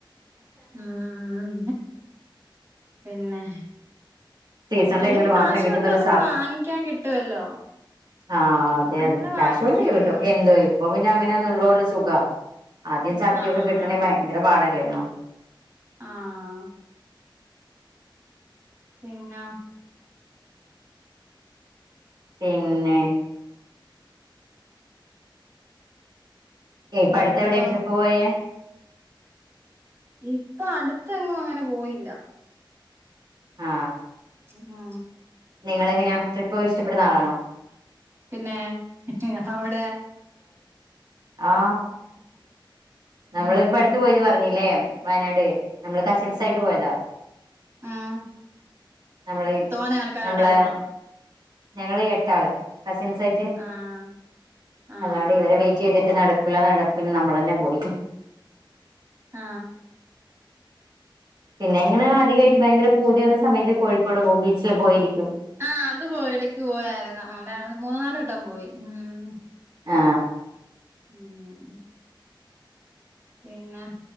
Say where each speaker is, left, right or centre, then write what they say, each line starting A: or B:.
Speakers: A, on the right; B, on the right.
A: ഉം പിന്നെ?
B: സീസൺ
A: അല്ലെങ്കി
B: ടൈമിൽ
A: കാശ്
B: മാത്രം കിട്ടുന്ന
A: കൊടുത്ത്
B: ഒരു
A: നമുക്ക് വാങ്ങിക്കാൻ കിട്ടുവല്ലോ?
B: ആ അതെ
A: അങ്ങനെ
B: അതെ കാശ്
A: വാങ്ങിക്കും
B: കൊടുത്തിട്ടു കിട്ടും.
A: ഉം
B: എന്തോ ഇപ്പ പിന്നെ അങ്ങനെയൊന്നുള്ളോണ്ട്
A: ആഹ്
B: സുഖവാ ആദ്യം ചക്കയൊക്കെ
A: ആഹ്
B: കിട്ടണെങ്കി
A: ആഹ്
B: ഭയങ്കര പാടല്ലേനോ?
A: ആഹ് പിന്ന
B: പിന്നെ ഇപ്പ
A: പിന്നെന്തുവാ
B: അടുത്തെവിടയാ ട്രിപ്പ് പോയേ?
A: ഇപ്പൊ അടുത്തെങ്ങും അങ്ങനെ പോയില്ല.
B: ആ
A: ഉമ്മാ
B: നിങ്ങളെങ്ങനെയാ ട്രിപ്പ് ക്കെ ഇഷ്ടപ്പെടുന്ന ആളാണോ?
A: പിന്നെ അവിടെ
B: ആ നമ്മൾ
A: ഉം
B: ഇപ്പടുത്ത്
A: ഉം ഉം
B: പോയിന്ന് പറഞ്ഞില്ലേ വയനാട് നമ്മള് കസിൻസായിട്ട് പോയതാ.
A: ഉം
B: നമ്മള്
A: തോനെ ആൾക്കാരുണ്ടായിരുന്നോ
B: നമ്മളെ ഞങ്ങള് എട്ടാള് കസിൻസായിട്ട്
A: ആഹ് ആഹ്
B: അല്ലാണ്ട്
A: ആഹ്
B: ഇവരെ വെയിറ്റ് ചെയ്ത് റ്റ് നടക്കൂല്ലാന്ന് കണ്ടപ്പോ നമ്മളെന്നെ പോയി.
A: ആ
B: പിന്നെ ങ്ങനെ അധികായിട്ട് ഭയങ്കര പൂതി വന്ന സമയത്ത് കോഴിക്കോട് പോകും. ബീച്ചില് പോയിരി
A: ആ അത് പോയി എടക്ക് പോയായിരുന്നു. <unintelligible> മൂന്നാല് വട്ടം പോയി ഉം
B: ആ
A: ഉം. പിന്നെ